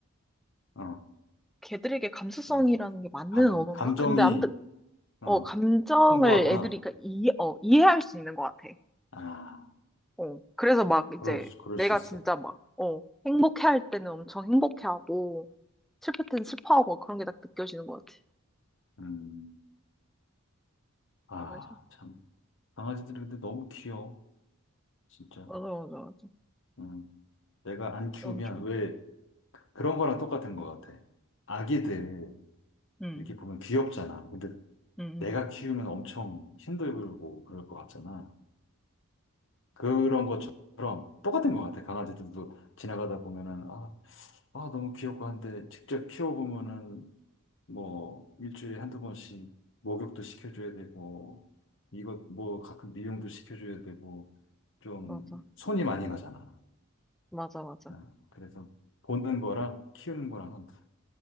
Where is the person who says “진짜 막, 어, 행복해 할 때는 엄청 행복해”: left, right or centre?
Centre